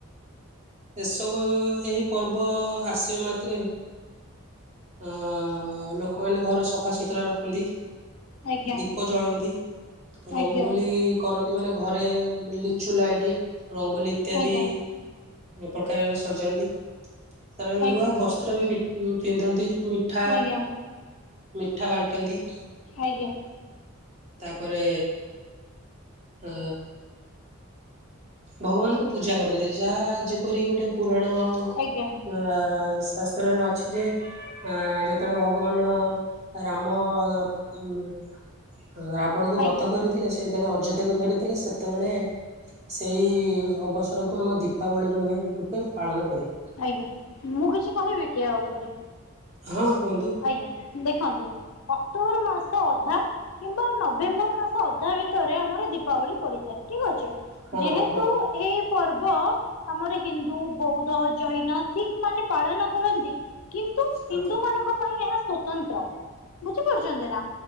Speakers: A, on the right; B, on the left.
A: ଏସବୁ ଏହି ପର୍ବ ଆସିବା ମାତ୍ରେ ଆ ଲୋକମାନେ ଘର ସଫା ସୁତୁରା ରଖନ୍ତି
B: ଆଜ୍ଞା
A: ଦୀପ ଜଳାନ୍ତି ରଙ୍ଗୋଲି
B: ଆଜ୍ଞା
A: କରନ୍ତି ମାନେ ଘରେ ଲିଚୁ ଲାଇଟ ରଙ୍ଗୋଲି ଇତ୍ୟାଦି
B: ଆଜ୍ଞା ଆଜ୍ଞା
A: ଏ ପ୍ରକାରର ସଜାନ୍ତି, ତାପରେ
B: ଆଜ୍ଞା
A: ନୂଆ ବସ୍ତ୍ର ବି ପି ଉଁ, ପିନ୍ଧନ୍ତି। ମିଠା,
B: ଆଜ୍ଞା
A: ମିଠା ବାଣ୍ଟନ୍ତି।
B: ଆଜ୍ଞା।
A: ତାପରେ ଅ, ଭଗବାନ ଙ୍କୁ ପୂଜା କରନ୍ତି, ଯାହା ଯେପରି ଗୋଟେ ପୁରାଣ ଆ,
B: ଆଜ୍ଞା
A: ଶାସ୍ତ୍ରରେ ଅଛି ଯେ ଆ, ଯେତେବେଳେ ଭଗବାନ ରାମ <unintelligible> ଉଁ, ରାବଣକୁ
B: ଆଜ୍ଞା
A: ବଦ୍ଧ କରିଥିଲେ ସେ ଯେତେବେଳେ ଅଯୋଧ୍ୟାକୁ ଫେରିଥିଲେ ସେତେବେଳେ ସେଇ ଅବସରକୁ ଆମ ଦୀପାବଳି ରୁହେ ରୂପେ ପାଳନ କରୁ।
B: ଆଜ୍ଞା, ମୁଁ କିଛି କହିବି କି ୟା ଉପରେ?
A: ହଁ କୁହନ୍ତୁ।
B: ଆଜ୍ଞା ଦେଖନ୍ତୁ ଅକ୍ଟୋବର ମାସ ଅଧା କିମ୍ବା ନଭେମ୍ବର ମାସ ସ ଅଧା ଭିତରେ ଆମର ଦୀପାବଳି ପଡିଥାଏ। ଠିକ୍ ଅଛି,
A: ହଁ
B: ଯେହେତୁ
A: ହଁ
B: ଏ ପର୍ବ ଆମର ହିନ୍ଦୁ ବୌଦ୍ଧ ଜୈନ, ଶିଖ୍ ମାନେ ପାଳନ କରନ୍ତି, କିନ୍ତୁ
A: ହଁ
B: ହିନ୍ଦୁ ମାନଙ୍କ ପାଇଁ ଏହା ସ୍ଵତନ୍ତ୍ର ବୁଝିପାରୁଛନ୍ତି ନା?